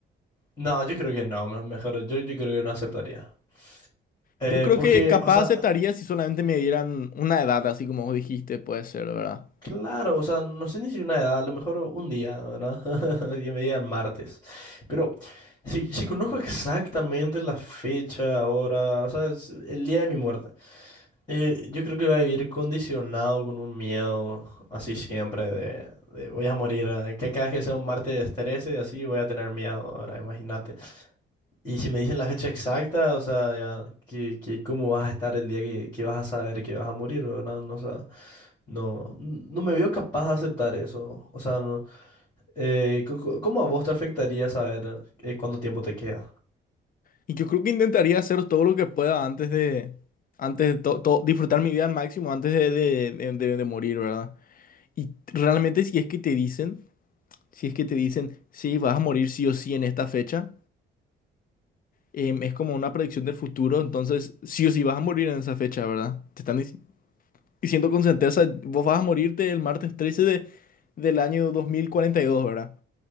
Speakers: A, on the left (about 20°); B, on the left (about 45°).
A: no, yo creo que no, me- mejor, yo, yo creo que no aceptaría. Eh,
B: Yo creo
A: porque,
B: que capaz
A: o sea,
B: aceptaría si solamente me dieran una edad, así como vos dijiste, puede ser, ¿verdad?
A: Claro, o sea, no sé ni si una edad, a lo mejor un día, ¿verdad? <laughs> Y me digan martes. Pero si, si conozco exactamente la fecha, ahora, o sea, es el día de mi muerte, eh, yo creo que voy a vivir condicionado con un miedo así siempre de, de voy a morir, eh, que cada vez que sea un martes 13 y así voy a tener miedo, ahora imagínate. Y si me dicen la fecha exacta, o sea, ya, que, que cómo vas a estar el día que, que vas a saber que vas a morir, ¿verdad? No, o sea, no, n- no me veo capaz de aceptar eso. O sea, no, eh, co- co- ¿cómo a vos te afectaría saber eh, cuánto tiempo te queda?
B: Y yo creo que intentaría hacer todo lo que pueda antes de, antes de to- to- disfrutar mi vida al máximo, antes de, de- de- de- de morir, ¿verdad? Y realmente si es que te dicen, si es que te dicen, sí, vas a morir sí o sí en esta fecha, em, es como una predicción del futuro, entonces sí o sí vas a morir en esa fecha, ¿verdad? Te están dic- diciendo con certeza, vos vas a morirte el martes 13 de, del año dos mil cuarenta y dos ¿verdad?